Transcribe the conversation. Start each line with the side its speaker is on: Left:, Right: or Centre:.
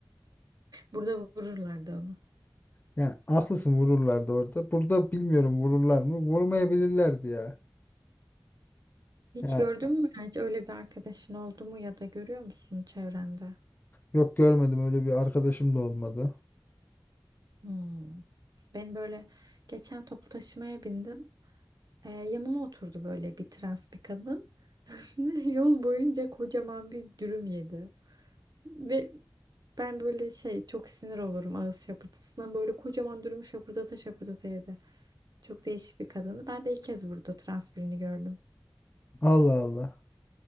Right: Burada vururlardı onu.
Left: Yani haklısın vururlardı orada. Burada bilmiyorum vururlar mı? Vurmayabilirlerdi ya.
Right: Hiç
Left: Ya
Right: gördün mü? Hiç öyle bir arkadaşın oldu mu ya da görüyor musun çevrende?
Left: yok görmedim öyle bir arkadaşım da olmadı.
Right: Hmm. Ben böyle geçen toplu taşımaya bindim. Ee, yanıma oturdu böyle bir trans bir kadın. <laughs> Yol boyunca kocaman bir dürüm yedi. Ve ben böyle şey çok sinir olurum ağız şapırtısına. Böyle kocaman dürümü şapırdata şapırdata yedi. Çok değişik bir kadını. Ben de ilk kez burada trans birini gördüm.
Left: Allah Allah.